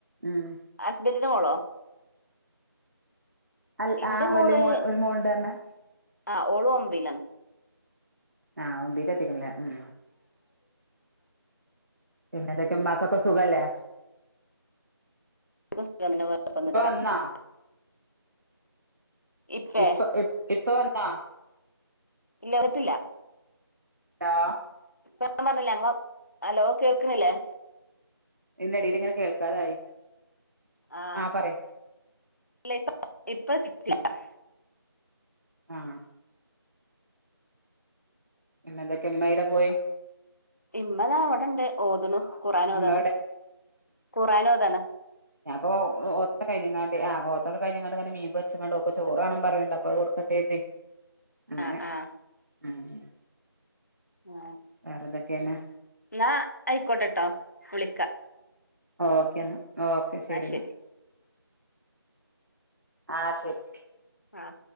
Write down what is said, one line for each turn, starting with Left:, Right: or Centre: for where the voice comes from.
Right: ഉം
Left: അസ്ബന്റിന്റെമോളോ
Right: അൽ
Left: ഇന്റെ
Right: ആ
Left: മോള്
Right: വല്ല്യമോൾ ഒരുമോള്ണ്ട് പറഞ്ഞ്
Left: ആ ഓള് ഒബ്ബിലാണ്
Right: ആഹ് ഒബ്ബീല്എത്തിക്ക്ണ്ല്ലേ ഉം പിന്നെന്തൊ മ്മാക്കൊക്കെ സുഖല്ലേ
Left: ന്ക്ക് ഇഷ്ട
Right: ഇപ്പ വന്നാ
Left: <unintelligible> ഇപ്പേ
Right: ഇപ്പഇ ഇപ്പ വന്നാ
Left: ഇല്ലപറ്റില്ല
Right: ഹലോ
Left: <unintelligible> പറഞ്ഞില്ലേ അലോ കേൾക്ക്ണില്ലേ
Right: ഇല്ലടി ഇത്ങ്ങനെ കേൾക്കാതായി
Left: ആ
Right: ആപറി
Left: ഇല്ല ഇപ്പ ഇപ്പ <unintelligible>
Right: ആഹ് പിന്നെന്തൊക്കെഇമ്മയ്ടെ പോയി
Left: ഇമ്മതാവടെണ്ട് ഓതുണു ഖുർആൻ ഓതാണ്
Right: ഉമ്മ
Left: ഖുർആൻ ഓതാണ്
Right: ഞാപ്പോഓത്തോക്കെകഴിഞ്ഞങ്ങാണ്ട് ആ ഓത്തൊക്കെ കഴ്ഞ്ങ്ങാണ്ട് ങ്ങനെമീപോര്ച്ച്ങ്ങാണ്ട് ഓക്ക്ചോറാണംപറയണ്ട് അപ്പൊഅത് കൊട് പ്പത്തേത്തി അങ്ങനെ
Left: ആ ആ
Right: ആഹ്
Left: ആഹ്
Right: വേറെന്തൊക്കെണ്
Left: ന്നാആയ്ക്കോട്ടട്ടോ വിളിക്ക
Right: ഓക്കെ ന്നാ ഓക്കെ ശെരി
Left: ആ ശരി
Right: ന്നാ ആ ഹ്ശെരി
Left: ആഹ്